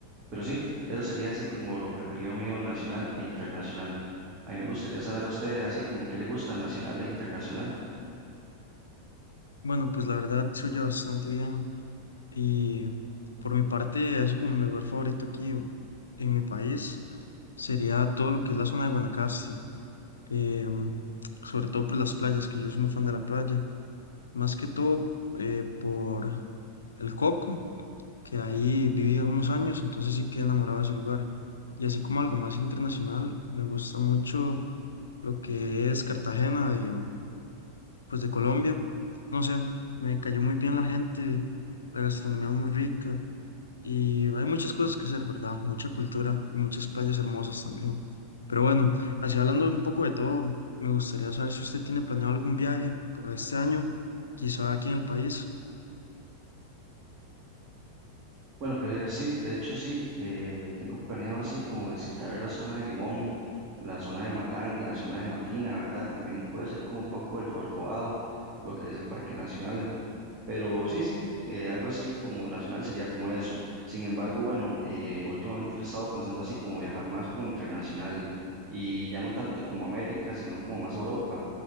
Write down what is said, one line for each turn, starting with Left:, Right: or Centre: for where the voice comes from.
Right: Pero sí, eso sería así como lo preferido mío, nacional e internacional. A mí me gustaría saber a usted así como qué le gusta nacional e internacional.
Left: Bueno, pues la verdad se oye bastante bien y por mi parte, así como mi lugar favorito aquí en, en mi país sería todo lo que es la zona de Guanacaste. em, sobre todo por las playas, que yo soy muy fan de la playa, más que todo eh, por el Coco, que ahí viví unos años, entonces sí quedé enamorado de ese lugar. Y así como algo más internacional, me gusta mucho lo que es Cartagena de, pues de Colombia. No sé, me cayó muy bien la gente, la gastronomía es muy rica. Y hay muchas cosas que hacer, ¿verdad? Mucha cultura y muchas playas hermosas también. Pero bueno, así hablando un poco de todo, me gustaría saber si usted tiene planeado algún viaje para este año, quizá aquí en el país.
Right: Bueno, que sí, de hecho sí, eh, tengo planeado así como visitar la zona de Limón, la zona de Matán y la zona de Matina, ¿verdad? También puede ser como un poco el Corcovado, lo que es el Parque Nacional. Pero sí, sí, eh, algo así como nacional sería como eso. Sin embargo, bueno, eh, últimamente yo he estado pensando así como viajar más como internacional y ya no tanto como América, sino como más a Europa.